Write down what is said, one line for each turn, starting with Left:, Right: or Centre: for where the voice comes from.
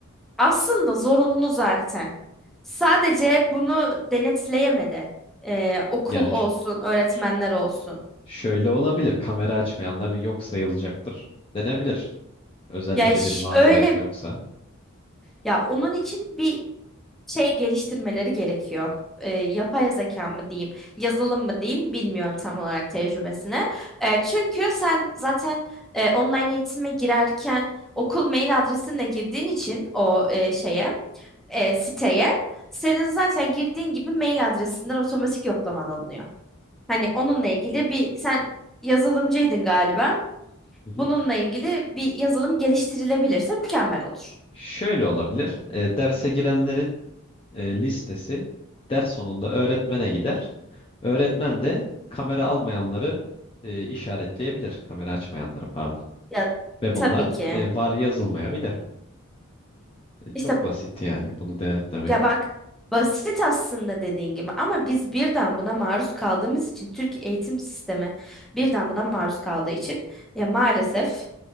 Centre: Aslında zorunlu zaten. Sadece bunu denetleyemedi. Ee, okul
Left: Yani
Centre: olsun,
Left: ş-
Centre: öğretmenler
Left: ş-
Centre: olsun.
Left: şöyle olabilir. Kamera açmayanlar yok sayılacaktır denebilir. Özellikle
Centre: Ya iş-
Left: bir mazeret
Centre: öyle
Left: yoksa.
Centre: Ya onun için bir şey geliştirmeleri gerekiyor. Ee, yapay zeka mı diyeyim, yazılım mı diyeyim bilmiyorum tam olarak tecrübesine. Ee, çünkü sen zaten e, online eğitime girerken okul mail adresinle girdiğin için o e, şeye, e, siteye senin zaten girdiğin gibi mail adresinden otomatik yoklaman alınıyor. Hani onunla ilgili bir sen yazılımcıydın galiba.
Left: Hı hı.
Centre: Bununla ilgili bir yazılım geliştirilebilirse mükemmel olur.
Left: Şöyle olabilir. E, derse girenlerin e, listesi ders sonunda öğretmene gider. Öğretmen de kamera almayanları e, işaretleyebilir. Kamera açmayanları pardon.
Centre: Ya
Left: Ve
Centre: tabii
Left: bunlar
Centre: ki.
Left: e, var yazılmayabilir. E, çok
Centre: İşte
Left: basit yani bunu denetlemek.
Centre: Ya bak basit aslında dediğin gibi ama biz birden buna maruz kaldığımız için Türk eğitim sistemi birden buna maruz kaldığı için ya maalesef